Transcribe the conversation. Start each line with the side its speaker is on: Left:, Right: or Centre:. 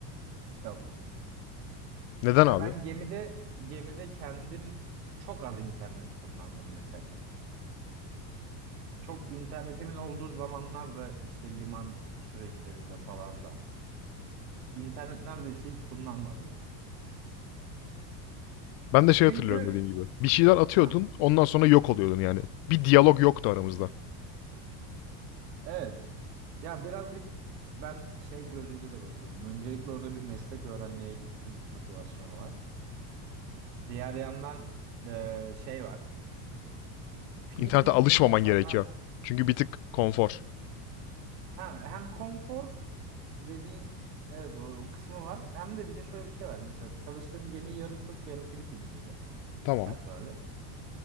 Right: Yok.
Left: Neden
Right: Ya
Left: abi?
Right: ben gemide gemide kendim çok az internet kullandım mesela. Çok internetimin olduğu zamanlarda işte liman süreçlerinde falan da internet neredeyse hiç kullanmadım yani.
Left: Ben de şey
Right: Çünkü
Left: hatırlıyorum dediğim gibi. Bir şeyler atıyordun
Right: ha,
Left: ondan sonra yok oluyordun yani. Bir diyalog yoktu aramızda.
Right: evet. Ya birazcık ben şey gözüyle de bakıyorum. Öncelikle orada bir meslek öğrenmeye gittim motivasyonu var. Diğer yandan e, şey var. Filipinli
Left: İnternete alışmaman
Right: insanlar
Left: gerekiyor. Çünkü bir tık konfor.
Right: ha, hem konfor dediğin evet o, o kısmı var. Hem de bir de şöyle bir şey var. Mesela çalıştığım gemi yarı Türk yarı Filipinliydi
Left: Tamam.
Right: personeli.